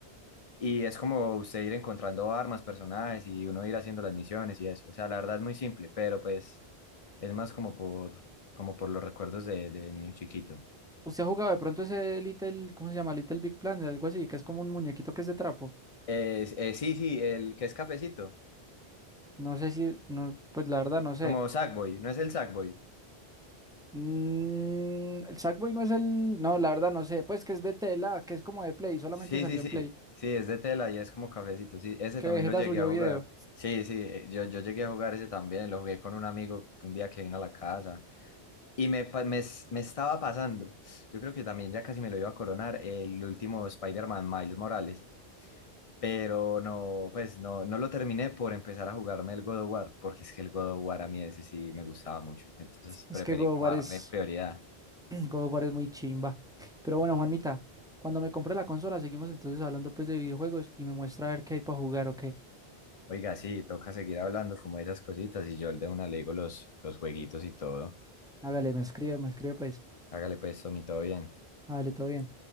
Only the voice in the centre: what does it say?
¿Usted ha jugado de pronto ese Little, ¿cómo se llama? Little Big Planet, algo así, que es como un muñequito que es de trapo.
No sé si, no, pues la verdad no sé.
Mm, el Sackboy no es el, no, la verdad no sé. Pues que es de tela, que es como de Play, solamente
salió
en Play.
Que
Vegeta
subió
video.
Es
que God
of War
es,
<clears throat> God of War es muy chimba. Pero bueno, Juanmita, cuando me compre la consola, seguimos entonces hablando pues de videojuegos y me muestra a ver qué hay para jugar o qué.
Hágale, me escribe, me escribe pues.
Hágale, todo bien.